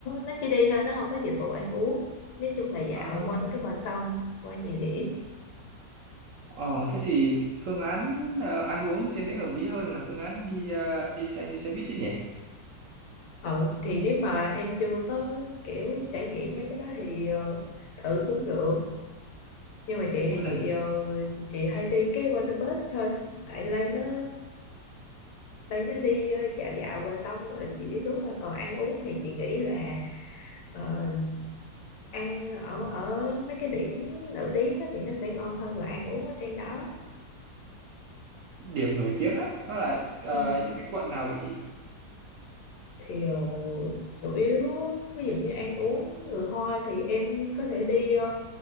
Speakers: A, on the left (about 70°); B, on the right (about 60°).
A: nó chỉ đi thôi nó không có dịch vụ ăn uống nói chung là dạo
B: À,
A: quanh cái bờ sông qua nhiều điểm
B: ờ thế thì phương án ờ, ăn uống trên đấy hợp lý hơn là phương án đi ờ, đi xe như xe buýt chứ nhỉ
A: ừ thì nếu mà em chưa có kiểu trải nghiệm mấy cái đó thì ờ, thử cũng được nhưng mà chị
B: Có
A: thì
B: là
A: chị ờ, chị hay đi cái water bus thôi tại Lan nó đấy nó đi ờ, dạo dạo và xong rồi chị đi xuống là còn ăn uống thì chị nghĩ là ờ, ăn ở ở mấy cái điểm nổi tiếng đó thì nó sẽ ngon hơn là ăn uống ở trên đó
B: điểm nổi tiếng á nó là ờ,
A: ừ.
B: những cái quận nào vậy chị
A: thì ờ, chủ yếu ví dụ như ăn uống người Hoa thì em có thể đi ờ,